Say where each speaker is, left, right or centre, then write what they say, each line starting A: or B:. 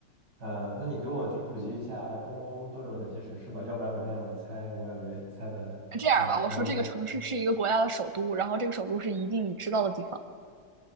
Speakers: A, on the right; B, on the right.
A: 呃，那你给我就普及一下中欧都有哪些城市吧，要不然我这样子猜，我感觉猜的，
B: 这样吧，
A: 嗯，
B: 我说这个城市是一个国家的首都，
A: 完美
B: 然后这个首都是一定你知道的地方，